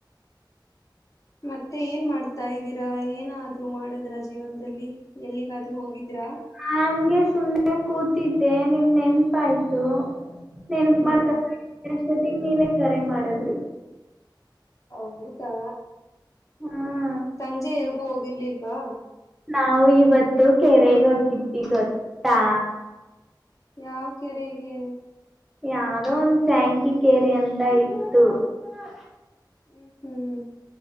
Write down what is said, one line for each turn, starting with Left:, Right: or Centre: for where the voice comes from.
Left: ಮತ್ತೆ ಏನ್ ಮಾಡ್ತಾ ಇದ್ದೀರಾ ಏನಾದ್ರು ಮಾಡದ್ರ ಜೀವನದಲ್ಲಿ ಎಲ್ಲಿಗಾದ್ರೂ ಹೋಗಿದ್ರಾ
Centre: ನಂಗೆ ಸುಮ್ನೆ ಕೂತಿದ್ದೆ ನಿಮ್ ನೆನಪ ಆಯ್ತು ನೆನ್ಪ
Left: ಹ್ಮ್
Centre: ಮಾಡ್ಕ
Left: ಹ್ಮ್
Centre: ಅಷ್ಟೊತ್ತಗ್ ನೀವೇ ಕರೆ ಮಾಡದ್ರಿ
Left: ಹೌದಾ
Centre: ಹ್ಮ
Left: ಸಂಜೆ ಎಲ್ಗೂ ಹೋಗಿರ್ಲಿಲ್ವಾ
Centre: ನಾವು ಇವತ್ತು ಕೆರೆಗೆ ಹೋಗಿದ್ದ್ವಿ ಗೊತ್ತಾ
Left: ಯಾವ ಕೆರೆಗೆ
Centre: ಯಾವದೋ ಒಂದ್ ಶ್ಯಾಂಕಿ ಕೆರೆ ಅಂತ ಇತ್ತು. <unintelligible>
Left: ಹ್ಮ್ ಹ್ಮ್